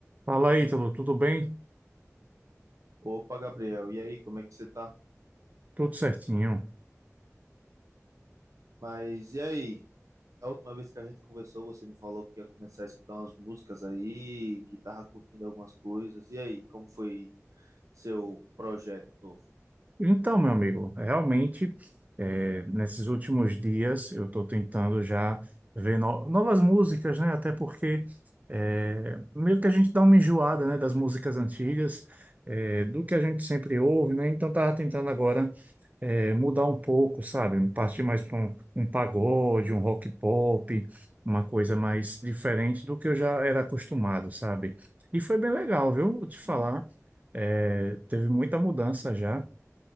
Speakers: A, on the right; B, on the right.
A: Fala aí, Ítalo, tudo bem?
B: Opa, Gabriel, e aí, como é que você tá?
A: Tudo certinho.
B: Mas e aí? A última vez que a gente conversou, você me falou que ia começar a escutar umas músicas aí, que tava curtindo algumas coisas. E aí, como foi seu projeto novo?
A: Então, meu amigo, realmente, é, nesses últimos dias eu estou tentando já ver no- novas músicas, né? Até porque é, meio que a gente dá uma enjoada, né, das músicas antigas, é, do que a gente sempre ouve, né? Então, tava tentando agora é, mudar um pouco, sabe? Partir mais para um, um pagode, um rock pop, uma coisa mais diferente do que eu já era acostumado, sabe? E foi bem legal, viu? Vou te falar.
B: Sim.
A: É, teve muita mudança já.